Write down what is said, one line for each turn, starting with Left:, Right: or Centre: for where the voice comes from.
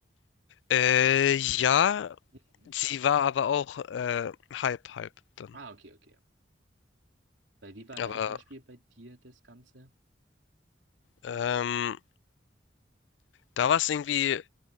Left: Äh, ja,
Right: Mhm.
Left: Sie war aber auch, äh, halb halb dann.
Right: Ah, okay, okay. Weil wie war
Left: Aber,
Right: da zum Beispiel bei dir das Ganze?
Left: ähm, da war es irgendwie, äh,